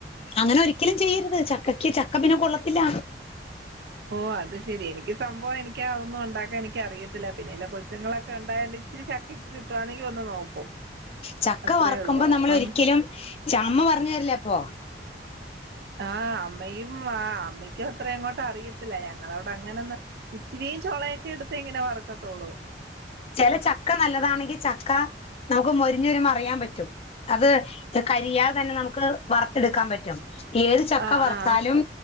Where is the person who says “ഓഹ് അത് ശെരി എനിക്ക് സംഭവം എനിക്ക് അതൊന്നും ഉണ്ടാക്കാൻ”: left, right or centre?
Right